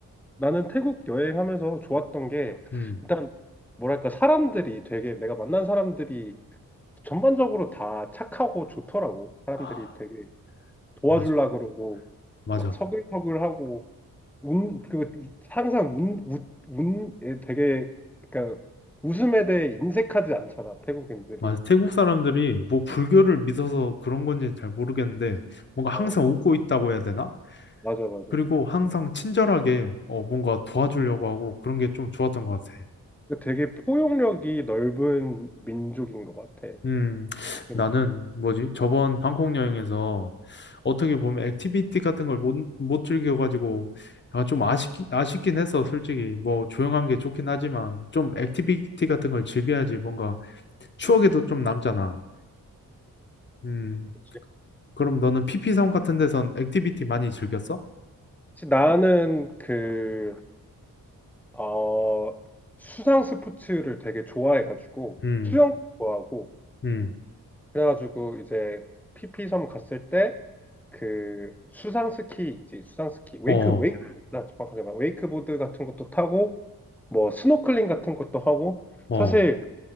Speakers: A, in the centre; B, on the left (about 30°).
A: 나는 태국 여행하면서 좋았던 게,
B: 음
A: 일단, 뭐랄까, 사람들이 되게, 내가 만난 사람들이 전반적으로 다 착하고 좋더라고. 사람들이
B: 아,
A: 되게. 도와주려
B: 맞아
A: 그러고
B: 맞아
A: 막 서글서글하고 운그 항상 운운 되게 그러니까 웃음에 대해 인색하지 않잖아 태국인들이
B: 맞아 태국 사람들이 뭐 불교를 믿어서 그런 건지 잘 모르겠는데 뭔가 항상
A: 어
B: 웃고 있다고 해야 되나?
A: 맞아 맞아
B: 그리고 항상 친절하게 어 뭔가 도와주려고 하고 그런 게 좀 좋았던 것 같아.
A: 그 되게 포용력이 넓은 민족인 것 같아
B: 음,
A: 음
B: 나는 뭐지? 저번 방콕 여행에서 어떻게 보면 액티비티 같은 걸 못, 못 즐겨가지고 약간 좀 아쉽기, 아쉽긴 했어, 솔직히. 뭐 조용한 게 좋긴 하지만 좀 액티비티 같은 걸 즐겨야지 뭔가 추억에도 좀 남잖아. 음,
A: 그치.
B: 그럼 너는 피피섬 같은 데선 액티비티 많이 즐겼어?
A: 그치, 나는 그 어 수상 스포츠를 되게 좋아해가지고
B: 음,
A: 수영도 좋아하고
B: 음,
A: 그래가지고 이제 PP섬 갔을 때 그 수상 스키 있지 수상 스키 웨이크
B: 어,
A: 웨이크 나 정확하게 말 웨이크보드 같은 것도 타고 뭐 스노클링 같은 것도 하고
B: 어,
A: 사실